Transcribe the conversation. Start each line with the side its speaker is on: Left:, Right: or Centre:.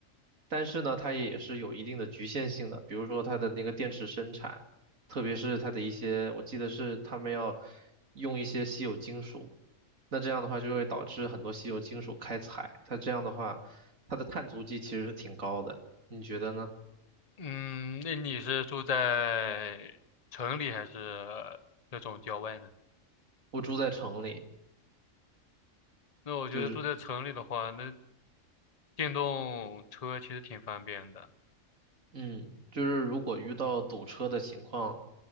Right: 但是呢，它也是有一定的局限性的，比如说它的那个电池生产，特别是它的一些，我记得是他们要用一些稀有金属，那这样的话就会导致很多稀有金属开采，它这样的话，它的碳足迹其实是挺高的，你觉得呢？
Left: 嗯，那你是住在城里还是那种郊外呢？
Right: 我住在城里，
Left: 那我觉得住在城里的话，
Right: 就是
Left: 那电动车其实挺方便的。
Right: 嗯，就是如果遇到堵车的情况，